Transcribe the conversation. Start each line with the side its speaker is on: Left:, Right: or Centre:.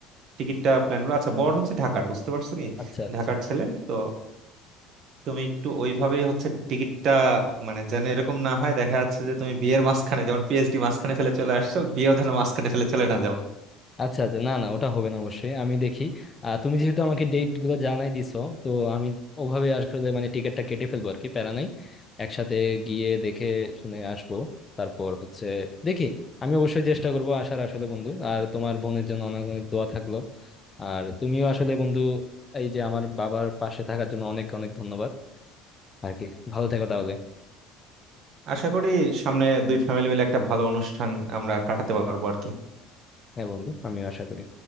Right: টিকিটটা প্ল্যান করো আচ্ছা বড় হচ্ছে ঢাকার বুঝতে পারছো কি
Left: আচ্ছা আচ্ছা
Right: ঢাকার ছেলে তো তুমি একটু ওইভাবেই হচ্ছে টিকিটটা মানে যেন এরকম না হয় দেখা যাচ্ছে যে তুমি বিয়ের মাঝখানে যেমন পিএইচডি মাঝখানে ফেলে চলে আসছো বিয়েও যেন মাঝখানে ফেলে চলে না যাও
Left: আচ্ছা আচ্ছা না না ওটা হবে না অবশ্যই আমি দেখি আহ, তুমি যেহেতু আমাকে ডেট গুলো জানাই দিছো তো আমি ওভাবে আসলে মানে টিকিটটা কেটে ফেলবো আর কি প্যারা নাই একসাথে গিয়ে দেখে শুনে আসবো তারপর হচ্ছে দেখি আমি অবশ্যই চেষ্টা করবো আসার আসলে বন্ধু আর তোমার বোনের জন্য অনেক অনেক দোয়া থাকলো আর তুমিও আসলে বন্ধু এই যে আমার বাবার পাশে থাকার জন্য অনেক অনেক ধন্যবাদ আর কি ভালো থেকো তাহলে
Right: আশা করি সামনে দুই ফ্যামিলি মিলে একটা ভালো অনুষ্ঠান আমরা কাটাতে পারবো আর কি
Left: হ্যাঁ বন্ধু আমিও আশা করি